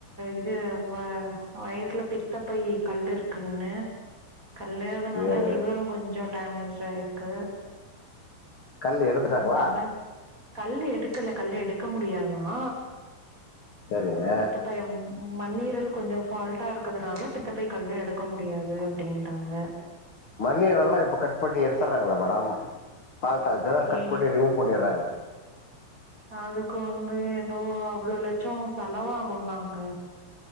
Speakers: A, on the right; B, on the left.
A: இது வ வயிர்ல பித்த பை கல்லு இருக்குன்னு கல்லேயாதுனால
B: சேரி
A: லிவரு கொஞ்சோ டேமேஜாயிருக்கு
B: கல் எடுத்துட்டாங்களா
A: அதனால கல்லு எடுக்கல கல்லு எடுக்க முடியாதா
B: சரிங்க
A: பித்த பையம் மண்ணீரல் கொஞ்சோ ஃபால்ட்டா இருக்கதுனால பித்தப்பை கல்லு எடுக்க முடியாது அப்டின்ட்டாங்க
B: மன்ணீரல்லா இப்போ கட் பண்ணி எடுத்துறாங்களே மேடம் ஃபால்ட் ஆச்சுனா கட்
A: ஏ
B: பண்ணி ரிமூவ் பண்ணிறாங்க
A: அதுக்கு வந்து எதோ அவ்ளோ லட்சோ செலவாகுன்னாங்க